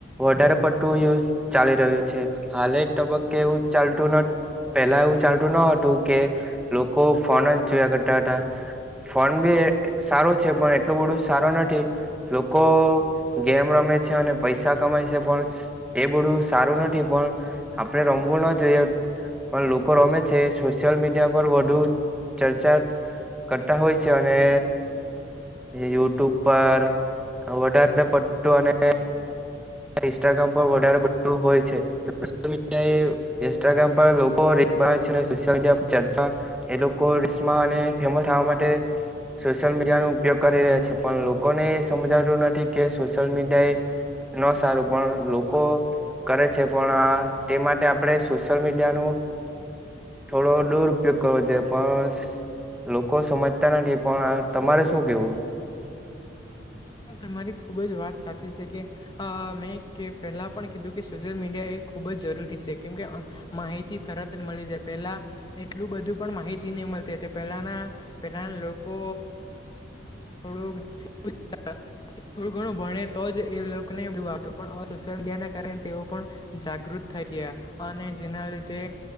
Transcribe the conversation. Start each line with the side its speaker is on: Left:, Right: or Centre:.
Centre: વધારે પડતું. યુ ચાલી રહ્યું છે હાલે તબક્કે એવું ચાલતું નથી. પેલા એવું ચાલતું ન હતું કે લોકો ફોન જ જોયા કરતા હતા. ફોન બી સારો છે પણ. એટલું બડું સારું નથી લોકો ગેમ રમે છે અને પૈસા કમાય છે પણ. એ બધું સારું નથી પણ આપણેે રમવું ના જોઈએ. પણ લોકો રમે છે સોશિયલ મીડિયા પર વધુ ચર્ચા. કરતા હોય છે અને. યુટ્યુબ પર વધારે પટ્ટું અને. ઇન્સ્ટાગ્રામ પર વધારે પ હોય છે મી ઇન્સ્ટાગ્રામ પર લોકો. બ છે સોશિયલ મીડિયા પર ચર્ચા એ લોકો રિશમાને ફેમસવા માટે. સોશિયલ મીડિયાનો ઉપયોગ કરી રહ્યા છે પણ લોકોને એ સમજાડ્યું નથી કે સોશિયલ મીડિયા એ. ન સારું પણ લોકો કરે છે પણ આ તે માટે આપણે સોશિયલ મીડિયાનું. થોડો દૂર ઉપયોગ કરવો જોઈએ પણ. લોકો સમજતા નથી પણ તમારે શું કેવું.
Left: હ તમારી ખુબ જ વાત સાચી છે કે અ મેં પહેલા પણ કીધું કે સોશિયલ મીડિયા એ. ખૂબ જ જરૂરી છે કેમ કે માહિતી તરત જ મળી જાય પેલા એટલું બધું પણ માહિતી. મળતી હતી પહેલાના પેલાના લોકો. ડો જેછ. થોડું ઘણું ભણે તો જ એ લોકો ને બધું વાતું પણ સોશિયલ મીડિયા ના કારણે તેઓ પણ. જાગૃત થઈ ગયા અને જેના લીધે